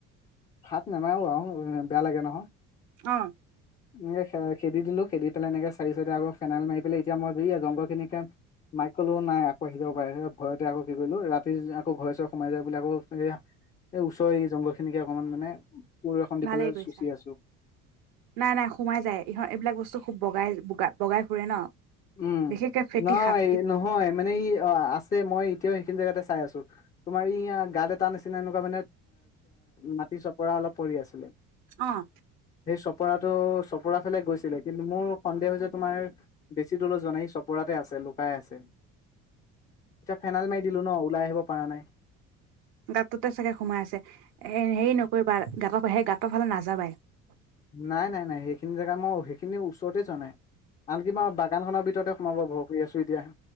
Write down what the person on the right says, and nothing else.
অ'।
ভালেই
কৰিছা।
নাই, নাই সোমাই যায় ইহঁ এইবিলাক বস্তু খুব বগাইগা বগাই ফুৰে ন।
বিশেষকে ফেটি
সাপ ফেট
অ',
গাতটোতে চাগে সোমাই আছে এ হেৰি নকৰিবা গাঁত সেই গাঁতৰ ফালে নাযাবাই।